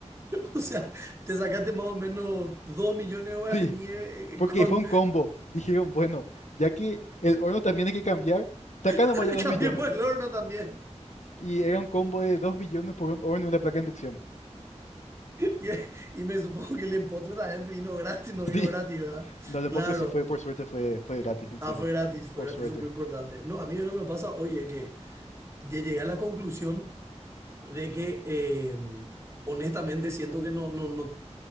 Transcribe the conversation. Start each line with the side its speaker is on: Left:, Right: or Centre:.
Right: o sea, te sacaste más o menos 2 millones de guaraníes
Left: Sí,
Right: eh,
Left: porque
Right: eh, con...
Left: fue un combo. Dijeron, bueno, ya que el horno también hay que cambiar, saca
Right: <laughs>
Left: nomás ya dos
Right: Cambiemos
Left: millones.
Right: el horno también.
Left: Y era un combo de dos millones por un horno y una placa de inducción.
Right: Y, y me supongo que el empotre también vino gratis, no vino
Left: Sí,
Right: gratis, ¿verdad?
Left: no, el empotro
Right: Claro.
Left: sí fue, por suerte, fue, fue gratis, en
Right: Ah,
Left: serio.
Right: fue gratis, fue
Left: Por
Right: gratis,
Left: suerte.
Right: eso es muy importante. No, a mí lo que me pasa hoy es que Lle- llegué a la conclusión de que eh, honestamente siento que no, no, no,